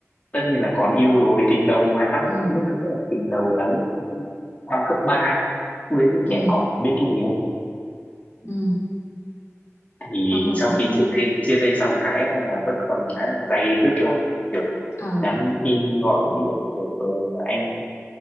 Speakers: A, on the left; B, on the left.
A: tất nhiên là còn yêu rồi tình đầu mà tao
B: Ừ.
A: lúc đấy là tình đầu là lúc năm cấp ba lúc đấy là
B: Ừ.
A: trẻ con biết cái gì đâu
B: Ừ.
A: thì
B: Xong rồi
A: sau
B: cái
A: khi
B: ờ
A: chia tay chia tay xong cái là vẫn còn đã day dứt lắm kiểu
B: ờ.
A: nhắn tin gọi điện kiểu ờ, anh